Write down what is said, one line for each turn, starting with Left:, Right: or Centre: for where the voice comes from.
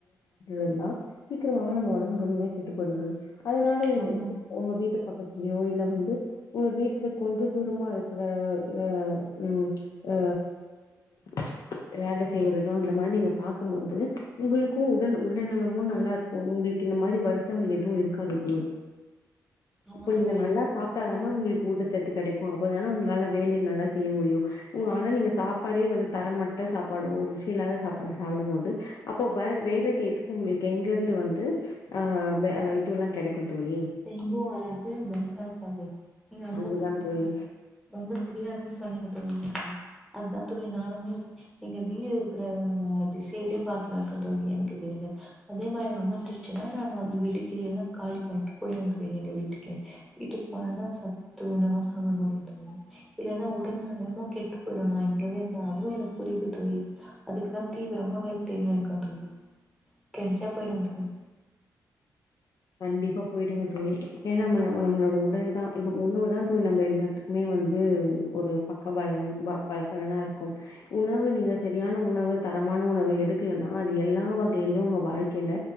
Left: இருந்தா சீக்கிரமவே நம்ம உடம்பு ரொம்பவே கெட்டு போயிடு தோழி அதனால உங்க
Centre: ஆமா
Left: உங்க வீட்டு பக்கத்துலயோ இல்ல வந்து உங்க வீட்டுல கொஞ்ச தூரமா இருக்கற ஆ ம் ஆ <unintelligible> வேல செய்றதோ அந்த மாரி நீங்க பாக்கு போது உங்களுக்கு உடல் நலமு நல்லாருக்கு உங்களுக்கு இந்த மாரி வருத்தங்கள் எதுவு இருக்காது தோழி
Centre: ஆமா
Left: இப்ப நீங்க
Centre: தோழி
Left: நல்லா
Centre: ரொம்ப
Left: சாப்ட்டாதானா
Centre: நேரம்
Left: உங்களுக்கு ஊட்டச்சத்து கிடைக்கு அப்பதான உங்களால வேலை நல்லா செய்ய முடியு ஆனா நீங்க சாப்பாடே வந்து தரமாட்டா சாப்பாடு ஒரு ருசி இல்லாத சாப்பாடு சாப்டும் போது அப்போ <unintelligible> சேத்துக்கும் உங்களுக்கு எங்கிருந்து வந்து ஆ இதுல்லா கிடைக்கு தோழி
Centre: டெங்கு வராது பயமா இருக்காது நீங்க ரொம்ப
Left: அதுதா
Centre: கரெக்டா
Left: தோழி
Centre: ரொம்ப சரியாகவே சொன்னீங்க தோழி நீங்க அதுதா தோழி நானுமே எங்க வீடு இருக்கிற திசையிலயே பாத்தன்னுருக்க தோழி எனக்கு வேல அதே மாரி அமைச்சுன்னா நானு வந்த வீட்டுல்லா காலி பண்றே போயிவே தோழி எங்க வீட்டுக்கே வீட்டுக்கு போனாதா சத்து உணவா சாப்பிட முடியும் தோழி இல்லன்னா உடல் நலமு கெட்டு போயிடு நா இங்கவே இருந்தா அதுவு எனக்கு புரியுது தோழி அதுக்குதா தீவிரமா வேல தேடின்னு இருக்க தோழி கிடச்சா போயிடுவ தோழி
Left: கண்டிப்பா போயிடுங்க தோழி ஏன்னா நா நம்மளோட உடல் தா இப்போ உணவு தா தோழி நம்ம எல்லா துணி வந்து ஒரு பக்க பாயநம் பா பலானருக்கு உணவு நீங்க சரியான உணவு தரமான உணவு எடுக்கலனா அது எல்லா வகையிலயும் உங்க வாழ்க்கையில